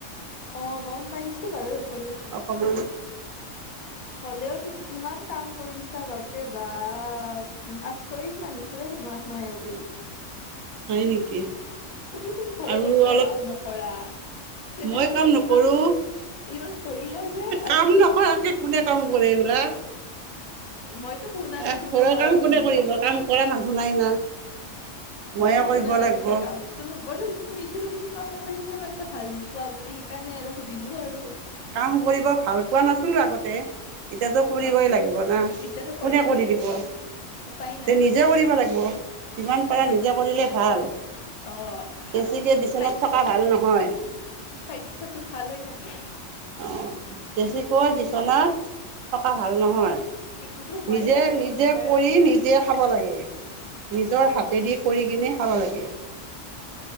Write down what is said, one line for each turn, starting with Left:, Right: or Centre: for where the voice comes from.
Left: অ গম পাইছো বাৰু হল-
Right: হ'ব-
Left: হ'লেও তুমি ইমান কাম- কৰিছা বাপৰে বাপ আচৰিত মানিছো দেই তোমাক মই এ-
Right: হয় নেকি-
Left: তুমিচোন ঘৰত
Right: আৰু
Left: একোৱে
Right: অলপ
Left: কাম নকৰা- তেনেহলে
Right: মই কাম নকৰো
Left: ইমান ইমান কৰিলা যে আজি
Right: কাম নকৰাকে- কোনে কাম কৰে এইবিলাক-
Left: মইতো শুনা
Right: এ
Left: নাই তুমিও
Right: ঘৰৰ
Left: কৰা
Right: কাম কোনে
Left: বুলি-
Right: কৰিব কাম কৰা মানুহ নাই না
Left: মইতো
Right: ময়ে কৰিব
Left: শুনা নাই
Right: লাগিব
Left: তুমি কাম তুমি মইতো শুনিছিলো তুমি- কাম কৰিব ইমান এটা ভাল নোপোৱা বুলি সেইকাৰণে আৰু সুধিলো আৰু-
Right: কাম কৰিব ভাল পোৱা নাছিলোঁ আগতে- এতিয়াতো কৰিবই
Left: অ
Right: লাগিব না
Left: এতিয়াতো কৰিবই
Right: কোনে কৰি
Left: লাগিব
Right: দিব-
Left: উপায় নাই
Right: তে নিজে কৰিব লাগিব যিমান পাৰা
Left: কৰি
Right: নিজে কৰিলে ভাল-
Left: অ হা-
Right: বেছিকে বিচনাত
Left: স্বাস্থ্যটো
Right: থকা ভাল নহয়-
Left: স্বাস্থ্যটো ভাল থাকে-
Right: অ বেছিকৈ বিচনাত <unintelligible> থকা ভাল নহয়
Left: সেইটোতো হয়ে
Right: নিজে
Left: বাৰু
Right: নিজে
Left: একেবাৰে
Right: কৰি নিজ- নিজে খাব লাগে নিজৰ হাতেদি কৰি কিনে খাব লাগে।